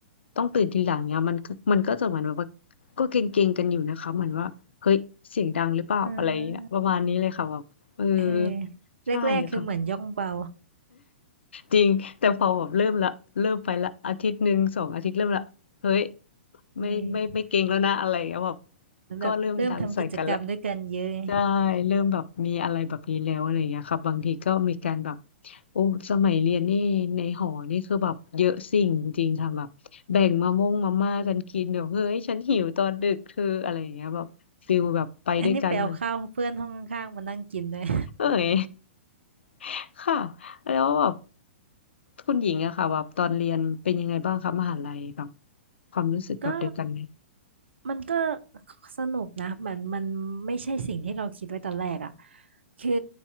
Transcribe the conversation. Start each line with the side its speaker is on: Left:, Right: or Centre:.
Left: ต้องตื่นทีหลังเนี่ยมันก็มันก็จะเหมือนแบบว่าก็เกรงๆกันอยู่นะคะเหมือนว่าเฮ้ยเสียงดังหรือเปล่าอะไรอย่างเงี้ยประมาณนี้เลยค่ะแบบเออ
Right: อ่าเออแรกๆคือเหมือนย่องเบา
Left: ใช่ค่ะจริงแต่พอแบบเริ่มละเริ่มไปละอาทิตย์หนึ่งสองอาทิตย์เริ่มละเฮ้ยไม่ไม่ไม่เกงแล้วนะอะไรอย่างเงี้ยแบบ
Right: เออเหมือนแบบเริ่มทำกิจกรรมด้วยกันเยอะไง
Left: ก็เริ่มดังใส่กันละ ใช่เริ่มแบบมีอะไรแบบนี้แล้วอะไรอย่างเงี้ยครับบางทีก็มีการแบบโอ้สมัยเรียนนี่ในหอนี่คือแบบเยอะสิ่งจริงๆค่ะแบบแบ่งมะม่วงมาม่ากันกินเดี๋ยวเฮ้ยฉันหิวตอนดึกเธออะไรอย่างเงี้ยแบบฟิลแบบไปด้วยกันนะ
Right: อันนี้ไปเอาข้าวเพื่อนห้องข้างๆมานั่งกินด้วย <laughs>
Left: เอ้ย <laughs> ค่ะแล้วแบบคุณหญิงอะค่ะแบบตอนเรียนเป็นยังไงบ้างคะมหาลัยแบบความรู้สึกแบบเดียวกันไหม
Right: ก็มันก็สนุกนะมันมันไม่ใช่สิ่งที่เราคิดไว้ตอนแรกอ่ะคือ